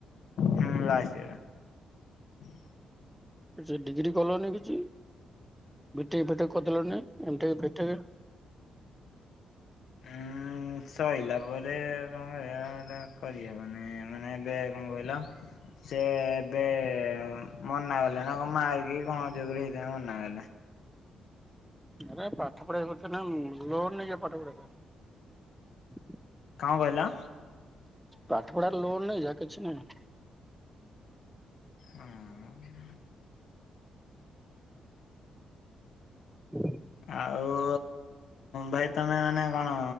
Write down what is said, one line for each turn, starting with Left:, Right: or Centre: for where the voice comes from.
Left: ହୁଁ ଲସ୍ ହେଲଗଲା।
Centre: ସେ ଡିଗ୍ରୀ କଲନି କିଛି। ବି ଟେକ୍ ଫି ଟେକ୍ କର ଦେଲେନି ଏମ୍ ଟେକେ ଫେ ଟେକେ।
Left: ହଁ। ହୁଁ ସଇଲା ପରେ କଣ ହେଲା ନା କରିହବନି ମାନେ ଏବେ କଣ କହିଲ ସେ ଏବେ ମନା କଲେ ନା କଣ <unintelligible> କଣ ଯୋଗୁରୁ ହେଇଥାନ୍ତା ମନା କଲେ।
Centre: ଆରେ ପାଠ ପଢିବା କଥା ନା ଲୋନ ନେଇଯା ପାଠ ପଢିବା ପାଇଁ।
Left: କଣ କହିଲ?
Centre: ପାଠ ପଢାରେ ଲୋନ ନେଇଯା କିଛି ନାହିଁ।
Left: ହୁଁ।
Centre: ହୁଁ
Left: ଆଉ ଭାଇ ତମେ ମାନେ କଣ